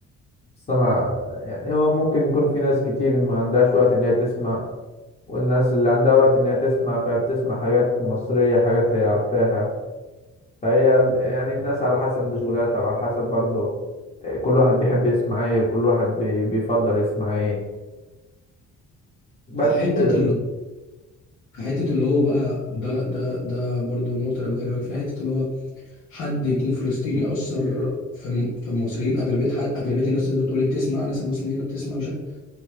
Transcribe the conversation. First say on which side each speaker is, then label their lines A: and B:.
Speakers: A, on the left; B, on the left.
A: بالسمع يعني هو ممكن يكون في ناس كتير ما عندهاش وقت إن هي تسمع والناس اللي عندها وقت إن هي تسمع فهي بتسمع حاجات مصرية حاجات هي عارفاها فهي ال- يعني الناس على حسب مشغولاتها وعلى حسب برضه آه، كل واحد بيحب يسمع ايه وكل واحد بي- بيفضل يسمع ايه بس
B: فحته
A: كده
B: اللي حته اللي هو بقى ده ده ده برضو النقطه اللي بكلمك فيها حته اللي هو حد يكون فلسطيني يأثر في الم- في المصريين أغلبية ح- أغلبية الناس اللي بتقول لي بتسمع أنس أبو سنينة بتسمع مش عارف-